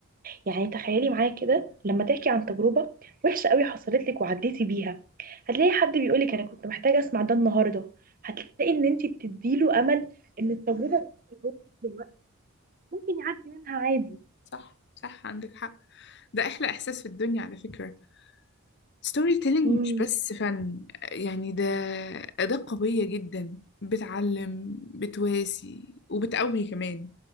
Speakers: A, on the right; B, on the left.
A: يعني تخيلي معايا كده لما تحكي عن تجربة وحشة قوي حصلت لك وعديتي بيها هتلاقي حد بيقولك انا كنت محتاجة اسمع ده النهاردة هتلاقي ان انت بتديله امل ان التجربة اللي هو فيه دلوقتي ممكن يعدي منها عادي
B: صح صح عندك حق ده أحلى إحساس في الدنيا على فكرة ستوري تيلينج
A: امم
B: مش بس فن يعني ده أداة قوية جدا بتعلم بتواسي وبتقوي كمان